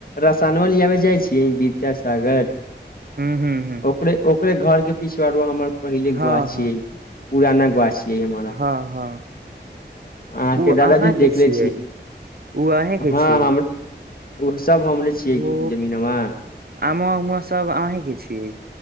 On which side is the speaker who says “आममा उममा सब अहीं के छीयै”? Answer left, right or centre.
Right